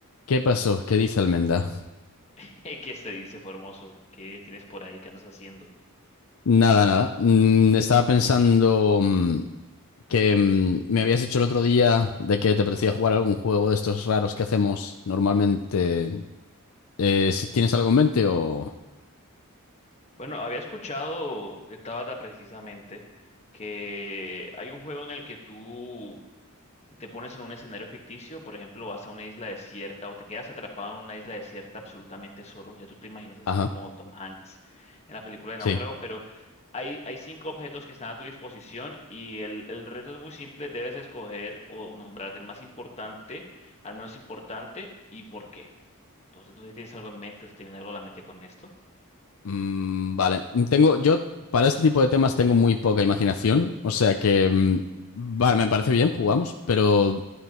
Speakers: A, on the left; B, on the left.
A: ¿Qué pasó? ¿Qué dice Almenda?
B: <laughs> ¿Qué se dice, Formoso? ¿Qué tienes por ahí? ¿Qué andas haciendo?
A: Nada, nada. Mm, estaba pensando mm, que mm, me habías dicho el otro día de que te apetecía jugar algún juego de estos raros que hacemos normalmente. Eh, si tienes algo en mente o...
B: Bueno, había escuchado de Tabata precisamente que hay un juego en el que tú te pones en un escenario ficticio, por ejemplo, vas a una isla desierta o te quedas atrapado en una isla desierta absolutamente solo. Ya tú te imaginas así
A: Ajá,
B: como Tom Hanks en la película de
A: sí.
B: Náufrago, pero hay, hay cinco objetos que están a tu disposición y el, el reto es muy simple. Debes escoger o nombrar el más importante, al menos importante, y por qué. Entonces, no sé si tienes algo en mente o si tienes algo a la mente con esto.
A: Mm, vale. Tengo, yo para este tipo de temas tengo muy poca imaginación, o sea que... mm, vale, me parece bien, jugamos, pero